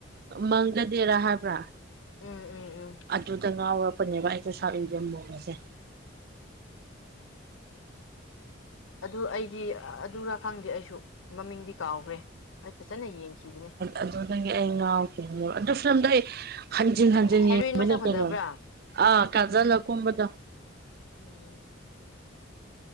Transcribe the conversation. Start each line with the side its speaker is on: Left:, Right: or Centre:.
Right: ꯃꯪꯒꯗꯦꯔꯥ ꯍꯥꯏꯕ꯭ꯔꯥ
Left: ꯎꯝ ꯎꯝ ꯎꯝ
Right: ꯑꯗꯨꯗ ꯉꯥꯎꯔꯕ ꯄꯟꯦꯚꯁꯦ ꯁꯕꯤꯗꯃꯣꯒꯁꯦ
Left: ꯑꯗꯨ ꯑꯩꯗꯤ ꯑꯗꯨꯔꯥ ꯈꯪꯗꯦ ꯑꯩꯁꯨ ꯃꯃꯤꯡꯗꯤ ꯀꯥꯎꯈ꯭ꯔꯦ ꯑꯩ ꯐꯖꯅ ꯌꯦꯡꯈꯤꯕꯅꯦ
Right: ꯑꯗꯨꯗꯒꯤ ꯑꯩ ꯉꯥꯎꯈꯤꯕ ꯑꯗꯨ ꯐꯤꯂꯝꯗꯣ ꯑꯩ ꯍꯟꯖꯤꯟ ꯍꯟꯖꯤꯟ
Left: ꯍꯦꯔꯣꯏꯟ
Right: ꯌꯦꯡꯕꯅꯦ
Left: ꯃꯁꯛ ꯐꯖꯕ꯭ꯔꯥ
Right: ꯀꯩꯅꯣꯅꯤ ꯑꯥ ꯀꯥꯖꯂꯀꯨꯝꯕꯗꯣ
Left: ꯑꯣ